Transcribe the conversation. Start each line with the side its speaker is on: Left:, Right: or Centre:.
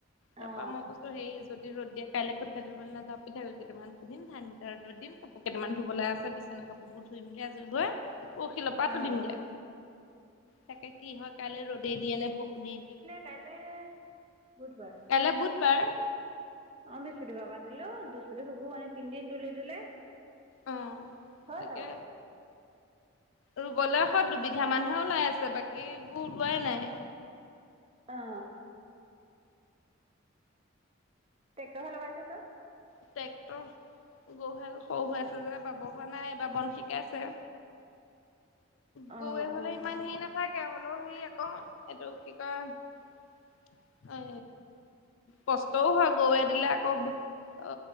Left: তাৰ
Right: অঁ
Left: পৰা মই কৈছো হেৰি যদি ৰ'দ দিয়ে কাইলৈ কঠীয়া তুলিবলৈ নেযাওঁ পিঠা গুৰু কেইটামান খুন্দিম ধান কেইটা ৰ'দত দিম। কাপোৰ কেইটামান ধুবলৈ আছে বিছনা কাপোৰবোৰ ধুই মেলি আজৰি হৈ। পৰিহিল পৰা
Right: অঁ
Left: তুলিম গে, তাকে কি হয় কাইলৈ ৰ'দেই দিয়ে নে <unintelligible> দিয়ে।
Right: কাইলৈ, বুধবাৰ।
Left: কাইলৈ বুধবাৰ।
Right: অ, বৃহস্পতিবাৰ পৰা দিলেও বৃহস্পতি শুকুৰ শনি তিনদিন তুলি দিলে।
Left: অ,
Right: হৈ
Left: তাকে।
Right: যাব
Left: ৰু'বলে <unintelligible> দুবিঘা মানহে ওলাই আছে বাকীবোৰ ওলোৱাই নাই।
Right: অ'। টেক্টৰ হে লগাইছে চব।
Left: ট্ৰেক্টৰ, গৰুহাল সৰু হৈ আছে যে বাব হোৱা নাই বা বন শিকাই আছে। গৰুৱে
Right: অ
Left: হ'লেও
Right: অ
Left: ইমান হেৰি নাথাকে হ'লেও হেৰি আকৌ এইটো কি কয়। এ, কষ্টও হয় গৰুৱে দিলে আকৌ। অ,